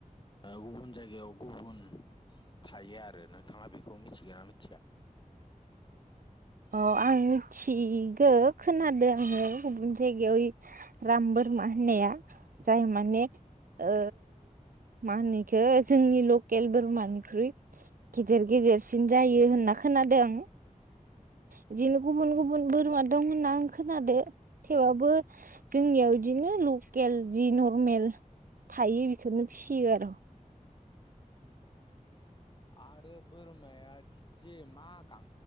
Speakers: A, on the left; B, on the right.
A: गुबुन जायगायाव गुबुन थायो आरो नोंथाङा बेखौ मिथिगोन ना मिथिया
B: अ आं मिथिगौ खोनादों आङो गुबुन जायगायाव राम बोरमा होननाया जाय माने ओ मा होनोखौ जोंनि लकेल बोरमानिख्रुइ गिदेर गिदेरसिन जायो होनना खोनादों। बिदिनो गुबुन गुबुन बोरमा दं होनना आं खोनादो थेवबाबो जोंनियाव बिदिनो लकेल जि नरमेल थायो बेखौनो फियो आरो
A: आरो बोरमाया जे मा गां